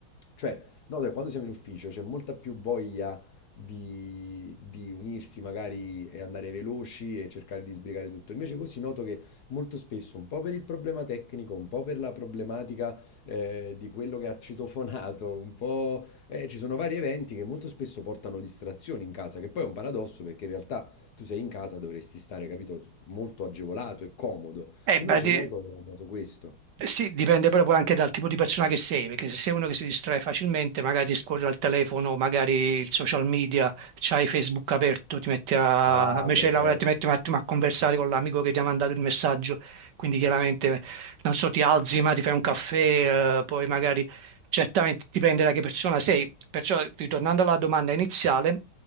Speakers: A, on the left; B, on the right.
A: Cioè, no, da quando siamo in ufficio c'è molta più voglia di, di unirsi magari e andare veloci e cercare di sbrigare tutto. Invece così noto che molto spesso, un po' per il problema tecnico, un po' per la problematica eh, di quello che ha citofonato, un po' eh, ci sono vari eventi che molto spesso portano distrazioni in casa, che poi è un paradosso perché in realtà tu sei in casa, dovresti stare, capito, molto agevolato e comodo.
B: Eh,
A: Invece
B: beh, di-
A: noto, noto questo.
B: Eh Sì, dipende proprio anche dal tipo di persona che sei, perché se sei uno che si distrae facilmente, magari scorri al telefono, magari il social media, c'hai Facebook aperto, ti metti a,
A: Ah,
B: invece
A: beh,
B: di
A: certo.
B: lavorare ti metti un attimo a conversare con l'amico che ti ha mandato il messaggio, quindi chiaramente, non so, ti alzi ma ti fai un caffè, eh, poi magari, certamente dipende da che persona sei, perciò ritornando alla domanda iniziale,